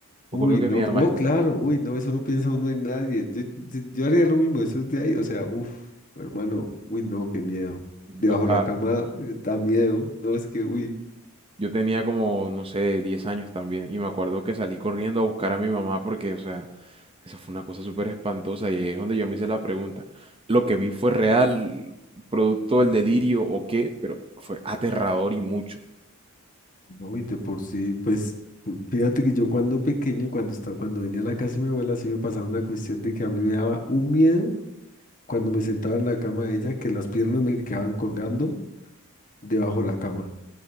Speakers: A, on the right (about 25°); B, on the left (about 35°).
A: Me
B: uy,
A: acuerdo que
B: no,
A: mi mamá
B: no, claro, uy, no, eso no piensa uno en nadie. Yo, yo- yo haría lo mismo, eso es de ahí, o sea, uff, hermano, uy, no, qué miedo. Debajo
A: está,
B: la cama eh, da miedo, no, es que, uy,
A: Yo tenía como, no sé, 10 años también. Y me acuerdo que salí corriendo a buscar a mi mamá porque, o sea, esa fue una cosa súper espantosa. Y ahí es donde yo me hice la pregunta. ¿Lo que vi fue real, producto del delirio o qué? Pero fue aterrador y mucho.
B: no, y de por sí, pues, u- fíjate que yo cuando pequeño, cuando estaba, cuando venía a la casa de mi abuela, sí me pasaba una cuestión de que a mí me daba un miedo cuando me sentaba en la cama de ella, que las piernas me quedaban colgando debajo de la cama.